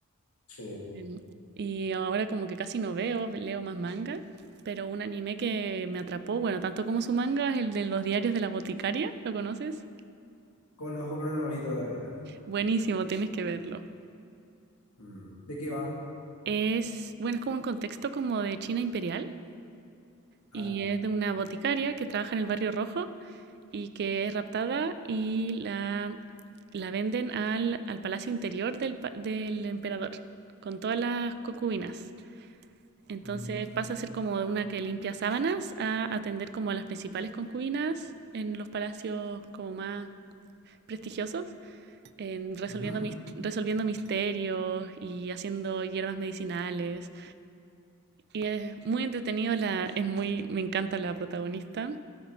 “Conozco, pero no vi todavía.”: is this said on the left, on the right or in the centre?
Left